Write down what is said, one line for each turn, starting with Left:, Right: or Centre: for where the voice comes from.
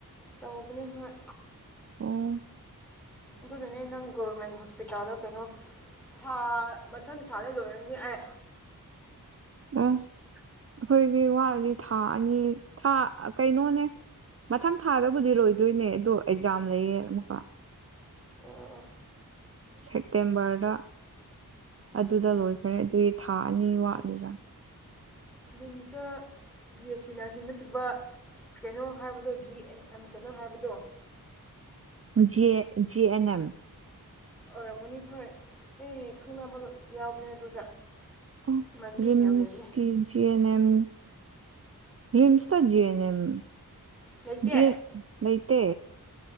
Centre: ꯇꯧꯕꯅꯦ ꯍꯣꯏ
Right: ꯑꯣꯝ
Centre: ꯑꯗꯨꯅꯅꯦ ꯅꯪ ꯒꯣꯕꯔꯃꯦꯟ ꯍꯣꯁꯄꯤꯇꯥꯜꯗ ꯀꯩꯅꯣꯥ ꯊꯥ ꯃꯊꯪ ꯊꯥꯗ ꯂꯣꯏꯔꯅꯤ ꯑꯩ
Right: ꯑꯣ ꯑꯩꯈꯣꯏꯗꯤ ꯋꯥꯠꯂꯤ ꯊꯥ ꯑꯅꯤ ꯊꯥ ꯀꯩꯅꯣꯅꯦ ꯃꯊꯪ ꯊꯥꯗꯕꯨꯗꯤ ꯂꯣꯏꯗꯣꯏꯅꯦ ꯑꯗꯣ ꯑꯦꯛꯖꯥꯝ ꯂꯩꯌꯦ ꯑꯃꯨꯛꯀ
Centre: ꯑꯣ ꯑꯣ ꯑꯣ
Right: ꯁꯦꯞꯇꯦꯝꯕꯔꯗ ꯑꯗꯨꯗ ꯂꯣꯏꯈ꯭ꯔꯦ ꯑꯗꯨꯒꯤ ꯊꯥ ꯑꯅꯤ ꯋꯥꯠꯂꯤꯔꯥ
Centre: ꯔꯤꯝꯁꯇ ꯕꯤ ꯑꯦꯁ ꯁꯤ ꯅꯔꯁꯤꯡ ꯅꯠꯇꯕ <unintelligible> ꯀꯩꯅꯣ ꯍꯥꯏꯕꯗꯣ ꯖꯤ ꯑꯦꯟ ꯑꯦꯝ ꯀꯩꯅꯣ ꯍꯥꯏꯕꯗꯣ
Right: ꯖꯤ ꯖꯤ ꯑꯦꯟ ꯑꯦꯝ
Centre: ꯑꯣꯏꯔꯝꯃꯅꯤ ꯈꯣꯏ ꯑꯩ ꯈꯪꯅꯕ ꯌꯥꯎꯕꯅꯦ ꯑꯗꯨꯗ
Right: ꯑꯣ
Centre: ꯏꯃꯥꯟꯅꯕꯤ
Right: ꯔꯤꯝꯁꯀꯤ
Centre: ꯃꯌꯥꯝ ꯂꯩꯕꯅꯦ
Right: ꯖꯤ ꯖꯤ ꯑꯦꯟꯦꯝ ꯔꯤꯝꯁꯇ ꯖꯤ ꯑꯦꯟ ꯑꯦꯝ
Centre: ꯂꯩꯇꯦ
Right: ꯖꯤ ꯂꯩꯇꯦ